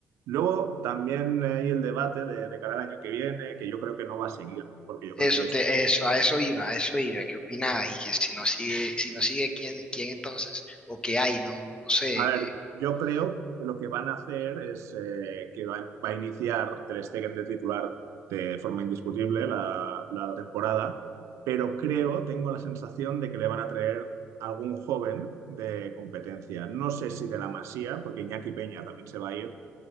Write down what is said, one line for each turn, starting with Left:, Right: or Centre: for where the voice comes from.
Right: Luego también hay el debate de, de cara al año que viene, que yo creo que no va a seguir, porque yo
Left: Eso
Right: creo que,
Left: te, eso, a eso iba, a eso iba, ¿qué opinabas? Y que si no sigue, si no sigue, ¿quién, quién entonces? O qué hay, no, no sé,
Right: a ver,
Left: que-
Right: yo creo que lo que van a hacer es eh, que va, va a iniciar Ter Stegen de titular de forma indiscutible la, la temporada, pero creo, tengo la sensación de que le van a traer algún joven de competencia. No sé si de la Masía, porque Iñaki Peña también se va a ir,